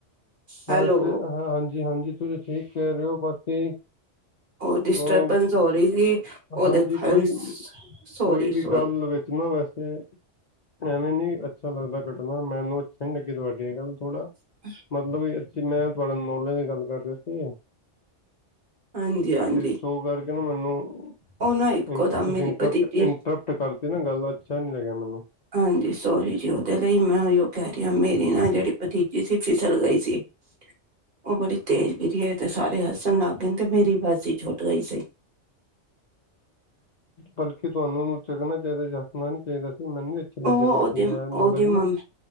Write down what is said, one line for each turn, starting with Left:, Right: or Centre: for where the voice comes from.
Right: ਹੈਲੋ
Left: ਅ ਹਾਂਜੀ, ਹਾਂਜੀ ਤੁਸੀਂ ਠੀਕ ਕਹਿ ਰਹੇ ਹੋ ਬਾਕੀ।
Right: ਉਹ
Left: ਉਹ
Right: ਡਿਸਟਰਬੈਂਸ ਹੋ ਰਹੀ ਸੀ ਉਹਦੇ
Left: ਹਾਂਜੀ
Right: ਕਾਰਨ
Left: ਕੋਈ
Right: ਸੋਰੀ
Left: ਕੋਈ ਵੀ
Right: ਸੋਰੀ
Left: ਗੱਲ ਵਿੱਚ ਇੱਕ ਨਾ ਵੈਸੇ ਐਵੇਂ ਨੀ ਅੱਛਾ ਲੱਗਦਾ ਕੱਟਣਾ ਮੈਨੂੰ ਅੱਛਾ ਨੀ ਲੱਗੀ ਤੁਹਾਡੇ ਏ ਗੱਲ ਥੋੜਾ
Right: <unintelligible>
Left: ਮਤਲਬ ਵੀ ਅੱਛੀ ਮੈਂ ਤੁਹਾਡੇ ਨੌਲੇਜ ਦੀ ਗੱਲ ਕਰ ਰਿਹਾ ਸੀ।
Right: ਹਾਂਜੀ ਹਾਂਜੀ
Left: ਤੇ ਸ਼ੋ ਕਰਕੇ ਨਾ ਮੈਨੂੰ
Right: ਉਹ ਨਾ ਇੱਕੋ ਦਮ
Left: ਤੁਸੀਂ
Right: ਮੇਰੀ
Left: ਇੰਟਰਪਟ
Right: ਭਤੀਜੀ
Left: ਇੰਟਰਪਟ ਕਰ ਤੇ ਨਾ ਗੱਲ ਅੱਛਾ ਨੀ ਲੱਗਿਆ ਮੈਨੂੰ
Right: ਹਾਂਜੀ, ਸੋਰੀ ਜੀ ਉਹਦੇ ਲਈ ਮੈਂ ਉ ਕਹਿ ਰਹੀ ਹਾਂ ਮੇਰੀ ਨਾ ਜਿਹੜੀ ਭਤੀਜੀ ਸੀ ਫਿਸਲ ਗਈ ਸੀ।
Left: <unintelligible>
Right: ਉਹ ਬੜੀ ਤੇਜ਼ ਗਿਰੀ ਐ। ਤੇ ਸਾਰੇ ਹੱਸਣ ਲੱਗ ਗਏ ਤੇ ਮੇਰੀ ਬਸ ਹੀ ਛੁੱਟ ਗਈ ਸੀ।
Left: ਬਲਕਿ ਤੁਹਾਨੂੰ ਉਹਨੂੰ ਚਕਨਾ ਚਾਹੀਦਾ ਸੀ ਹੱਸਨਾ ਨੀ ਚਾਹੀਦਾ ਸੀ ਮੈਨੂੰ। ਅੱਛੀ ਲੱਗੀ
Right: ਉਹ
Left: ਤੁਹਾਡੀ
Right: ਉਹਦੇ
Left: ਇਹ
Right: ਉਹਦੀ
Left: ਨੌਲੇਜ
Right: ਮੰਮੀ
Left: ਨਾ